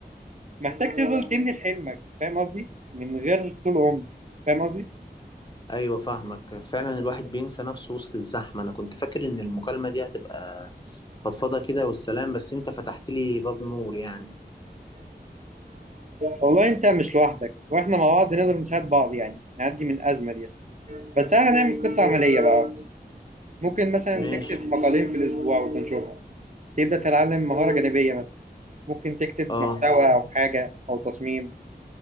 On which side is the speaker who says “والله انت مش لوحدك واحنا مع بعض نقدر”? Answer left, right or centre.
Right